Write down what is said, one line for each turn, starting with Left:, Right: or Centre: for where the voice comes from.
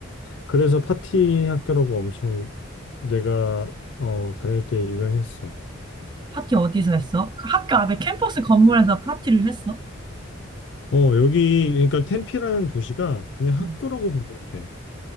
Left: 그래서 파티 학교라고 엄청 내가 어, 다닐 때 유명했어.
Right: 파티 어디서 했어? 그 학교 안에 캠퍼스 건물에서 파티를 했어?
Left: 어, 여기, 그러니까 템피라는 도시가 그냥
Right: 음.
Left: 학교라고 보면 돼.